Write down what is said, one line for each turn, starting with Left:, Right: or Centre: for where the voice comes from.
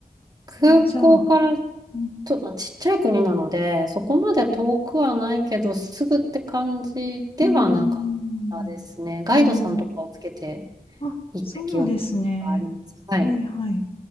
Right: 空港から
Left: じゃあ、うん。
Right: と、まあ、ちっちゃい国なので、そこまで遠くはないけど、すぐって感じではなかったですね。
Left: うーん
Right: ガイドさんとかをつけて
Left: ああ、あ、
Right: 行った記憶があります。
Left: そうなんですね。
Right: はい。
Left: はいはい。